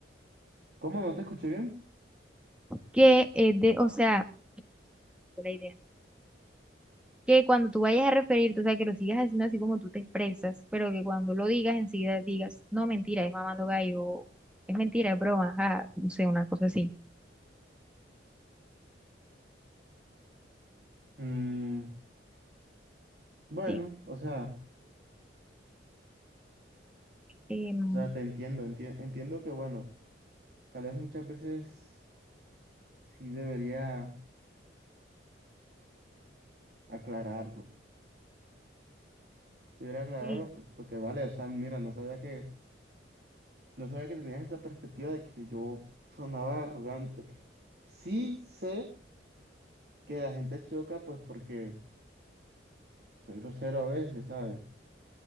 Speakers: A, on the right (about 55°); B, in the centre.
A: ¿Cómo no te escuché bien?
B: Que, eh, de, o sea, la idea. Que cuando tú vayas a referirte, o sea, que lo sigas haciendo así como tú te expresas, pero que cuando lo digas, enseguida digas, no, mentira, es mamando gallo, o es mentira, es broma, ajá, no sé, una cosa así.
A: Mm, bueno,
B: Sí,
A: o sea,
B: em,
A: o sea, te entiendo, enti- entiendo que, bueno, tal vez muchas veces sí debería aclararlo, si debería aclararlo,
B: sí,
A: pues, porque vale, o sea, mira, no sabía que No sabía que tenías esa perspectiva de que yo sonaba arrogante. Sí sé que la gente choca, pues porque soy grosero a veces, ¿sabes?